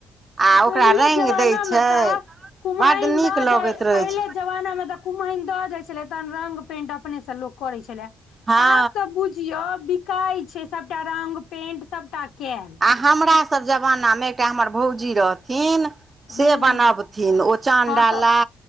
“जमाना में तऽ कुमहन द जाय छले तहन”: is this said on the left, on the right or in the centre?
Left